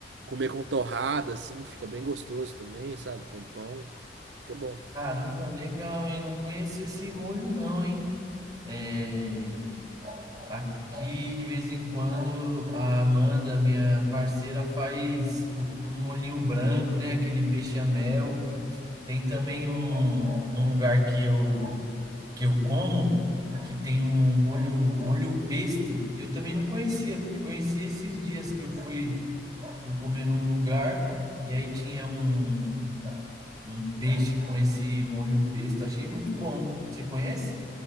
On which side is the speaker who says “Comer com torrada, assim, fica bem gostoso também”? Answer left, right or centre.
Right